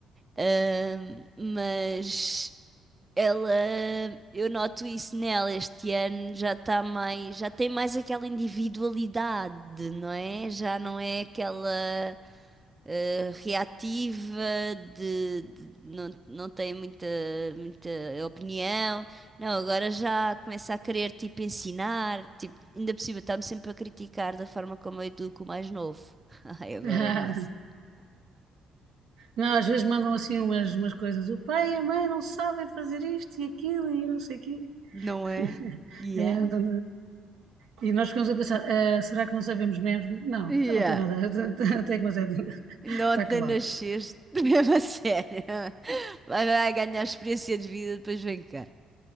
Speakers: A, on the right (about 25°); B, on the right (about 75°).
A: Ahm, mas ela, eu noto isso nela este ano, já está mais, já tem mais aquela individualidade, não é? Já não é aquela eh, reativa de, de- não, não tem muita, muita opinião. Não, agora já começa a querer tipo ensinar, tipo, ainda por cima está-me sempre a criticar da forma como eu educo o mais novo. <laughs> Ai, agora
B: <laughs> Ah,
A: é o máximo.
B: Não, às vezes mandam assim umas, umas coisas, o pai e a mãe não sabem fazer isto e aquilo e não sei o quê.
A: Não
B: <laughs>
A: é? Yeah.
B: É, então, e nós ficamos a pensar, "Ah, será que não sabemos mesmo? Não,
A: Yeah.
B: ela não tem nada, <laughs> até que mas é,
A: Ainda
B: está
A: ontem
B: calada.
A: nasceste, <laughs> mesmo a sério. Vai, vai ganhar experiência de vida, depois vem cá.